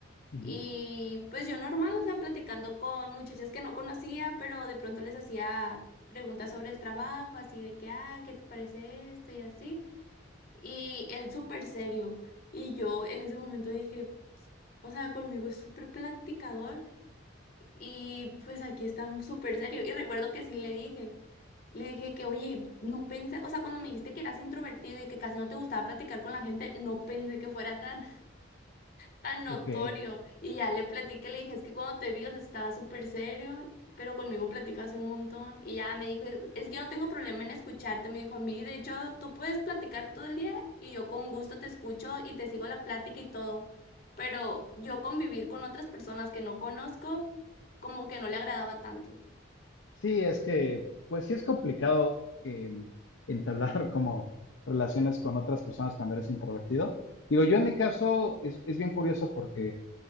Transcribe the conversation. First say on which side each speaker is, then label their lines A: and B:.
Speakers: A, on the left; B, on the left.
A: Y
B: Ujú.
A: pues yo normal, o sea, platicando con muchachas que no conocía, pero de pronto les hacía preguntas sobre el trabajo, así de que, ah, ¿qué te parece esto? Y así. Y él súper serio. Y yo en ese momento dije, o sea, conmigo es súper platicador y pues aquí está súper serio. Y recuerdo que sí le dije, le dije que, oye, no pensé, o sea, cuando me dijiste que eras introvertido y que casi no te gustaba platicar con la gente, no pensé que fuera tan tan notorio.
B: Ok.
A: Y ya le platiqué, le dije, es que cuando te vi, o sea, estaba súper serio, pero conmigo platicas un montón. Y ya me dijo, es es que yo no tengo problema en escucharte, me dijo a mí, de hecho, tú puedes platicar todo el día y yo con gusto te escucho y te sigo la plática y todo. Pero yo convivir con otras personas que no conozco, como que no le agradaba tanto.
B: Sí, es que, pues sí es complicado eh, entablar <laughs> como relaciones con otras personas cuando eres introvertido. Digo, yo en mi caso es, es bien curioso porque